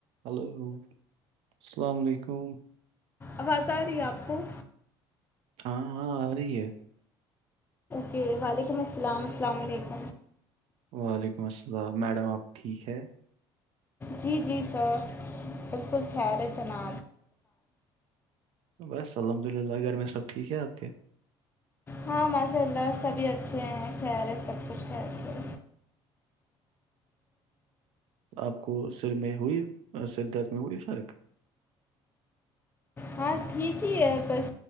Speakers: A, on the right; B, on the left.
A: ہلو السلام علیکم
B: آواز آ رہی ہے آپ کو
A: ہاں ہاں آ ہے
B: جی وعلیکم السلام السلام علیکم
A: وعلیکم السلام میڈم آپ ٹھیک ہے
B: جی جی سر بالکل خیر ہے چنا
A: بس الحمد للہ گھر میں سب ٹھیک ہے آپ کے
B: ہاں ماشاء اللہ سبھی اچھے ہیں خیر ہے سب کچھ خیر ہے
A: آپ کو سر میں ہوئی سر درد میں ہوئی فرق
B: ہاں ٹھیک ہی ہے بس